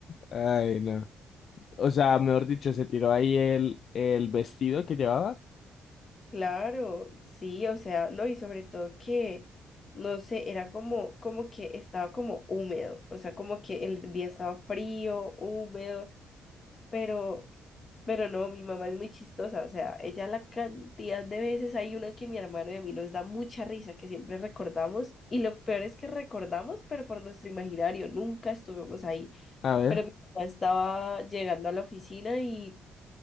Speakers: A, on the left; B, on the left.
A: Ay, no. O sea, mejor dicho, se tiró ahí el, el vestido que llevaba.
B: Claro, sí, o sea, no, y sobre todo que, no sé, era como, como que estaba como húmedo, o sea, como que el día estaba frío, húmedo, pero, pero no, mi mamá es muy chistosa, o sea, ella la cantidad de veces hay una que mi hermano y a mí nos da mucha risa, que siempre recordamos, y lo peor es que recordamos, pero por nuestro imaginario, nunca estuvimos ahí,
A: A ver,
B: pero mi mamá estaba llegando a la oficina y